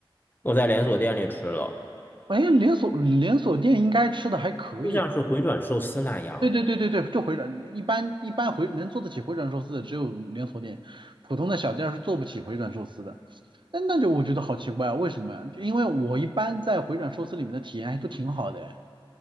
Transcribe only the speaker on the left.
我在连锁店里吃了，
就像是回转寿司那样。